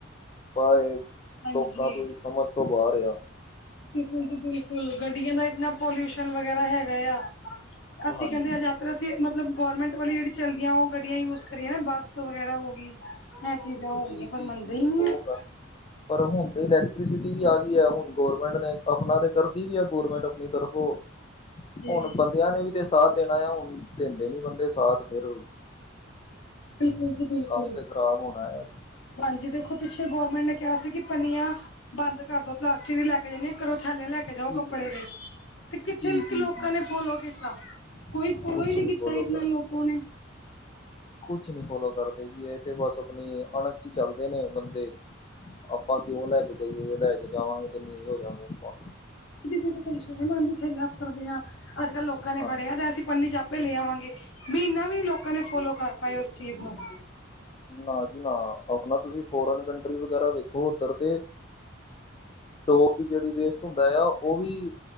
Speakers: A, on the left (about 30°); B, on the left (about 65°).
A: ਪਰ
B: ਹਾਂਜੀ।
A: ਲੋਕਾਂ ਤੋਂ ਹੀ ਸਮਝ ਤੋਂ ਬਾਹਰ ਆ।
B: ਬਿਲਕੁਲ ਜੀ, ਬਿਲਕੁਲ ਗੱਡੀਆਂ ਦਾ ਇੰਨਾ ਪੋਲਿਊਸ਼ਨ ਵਗੈਰਾ ਹੈਗਾ ਆ। ਅਸੀਂ
A: ਹਾਂਜੀ
B: ਕਹਿੰਦੇ ਆ ਯਾਤਰਾ
A: ਬਿਲਕੁਲ
B: ਮਤਲਬ ਗੋਰਮੈਂਟ ਵਾਲੀ ਜਿਹੜੀ ਚੱਲਦੀਆਂ ਉਹ ਗੱਡੀਆਂ ਯੂਜ ਕਰੀਏ ਨਾ ਬੱਸ ਵਗੈਰਾ ਹੋ ਗੀ। ਇਹ ਚੀਜ਼ਾਂ ਹੋ
A: ਜੀ
B: ਗਈਆਂ ਪਰ
A: ਜੀ
B: ਮੰਨਦੇ
A: ਜੀ
B: ਹੀ ਨਹੀਂ
A: ਉਹ
B: ਆ।
A: ਗੱਲ ਪਰ ਹੁਣ ਤੇ ਇਲੈਕਟ੍ਰੀਸਿਟੀ ਵੀ ਆ ਗਈ ਹੈ, ਹੁਣ ਗੌਰਮੈਂਟ ਨੇ ਆਪਣਾ ਤੇ ਕਰਦੀ ਵੀ ਹੈ ਗੌਰਮੈਂਟ ਆਪਣੀ ਤਰਫੋਂ।
B: ਜੀ
A: ਹੁਣ ਬੰਦਿਆਂ ਨੇ ਵੀ ਤੇ ਸਾਥ ਦੇਣਾ ਆ ਹੁਣ ਦਿੰਦੇ ਨੀ ਬੰਦੇ ਸਾਥ ਫਿਰ
B: ਬਿਲਕੁਲ ਜੀ, ਬਿਲਕੁਲ।
A: ਕੰਮ ਤੇ ਖ਼ਰਾਬ ਹੋਣਾ ਆ ਜੀ
B: ਹਾਂਜੀ। ਦੇਖੋ, ਪਿੱਛੇ ਗੌਰਮੈਂਟ ਨੇ ਕਿਹਾ ਸੀ ਕਿ ਪੰਨੀਆਂ ਬੰਦ ਕਰਦੋ ਪਲਾਸਟਿਕ ਦੀ ਲੈ ਕੇ ਜਾਣੀ। ਘਰੋਂ ਥੈਲੇ ਲੈ ਕੇ ਜਾਓ
A: ਜੀ
B: ਕੱਪੜੇ ਦੇ। ਤੇ ਕਿੱਥੇ
A: ਜੀ ਜੀ
B: ਲੋਕਾਂ
A: ਜੀ
B: ਨੇ ਫੋਲੋ ਕੀਤਾ। ਕੋਈ ਫੋਲੋ
A: ਕੁਛ
B: ਹੀ ਨਹੀਂ
A: ਨੀ
B: ਕੀਤਾ
A: ਫੋਲੋ
B: ਇਨਾ
A: ਕਰ
B: ਲੋਕੋ ਨੇ।
A: ਕੁਛ ਨੀ ਫੋਲੋ ਕਰਦੇ ਕਿ ਇਹ ਤੇ ਬਸ ਆਪਣੀ ਅਣਖ ਹੀ ਚੱਲਦੇ ਨੇ ਬੰਦੇ। ਆਪਾਂ ਕਿਉਂ ਲੈ ਕੇ ਜਾਈਏ ਲੈ ਕੇ ਜਾਵਾਂਗੇ ਤੇ ਨੀਵੇ ਹੋ ਜਾਗੇ ਆਪਾਂ।
B: ਦੇਖੋ ਸਾਨੂੰ ਸਰਮ ਆਉਂਦੀ ਥੈਲਾ ਫੜਦੇ ਹਾਂ, ਅੱਜ ਕੱਲ ਲੋਕਾਂ ਨੇ
A: ਹਾਂਜੀ
B: ਫੜਿਆ ਅਸੀਂ ਪੰਨੀ ਚ' ਲੈ ਆਵਾਂਗੇ। ਮਹੀਨਾ ਵੀ ਨੀ ਲੋਕਾਂ ਨੇ ਫੋਲੋ ਕਰ ਪਾਏ ਉਸ ਚੀਜ਼ ਨੂੰ।
A: ਨਾ ਜੀ ਨਾ ਆਪਣਾ ਤੁਸੀਂ ਫੋਰਨ ਕੰਟਰੀ ਵਗੈਰਾ ਵੇਖੋ ਉੱਧਰ ਤੇ ਡੋਕ ਦੀ ਜਿਹੜੀ ਵੇਸਟ ਹੁੰਦਾ ਆ। ਉਹ ਵੀ